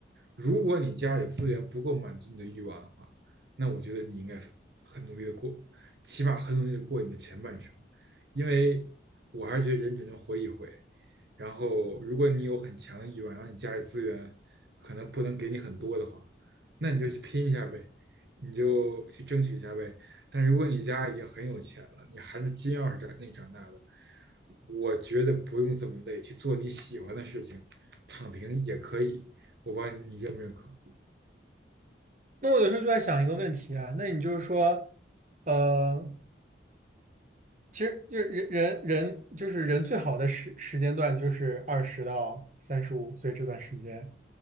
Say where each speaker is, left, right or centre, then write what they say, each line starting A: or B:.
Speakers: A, on the right (about 65°); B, on the right (about 40°).
A: 如果你家里资源不够满足你的欲望的话，那我觉得你应该很努力的过，起码很努力的过你的前半生，因为我还是觉得人只能活一回。然后，如果你有很强的欲望，然后你家里资源可能不能给你很多的话，那你就去拼一下呗，你就去争取一下呗，但如果你家已经很有钱了，你含着金钥匙长那长大的，我觉得不用这么累，去做你喜欢的事情，躺平也可以。我不知道你认不认可？
B: 那我有时候就在想一个问题啊，那你就是说，呃，其实就是人人人就是人最好的时时间段就是二十到三十五岁这段时间，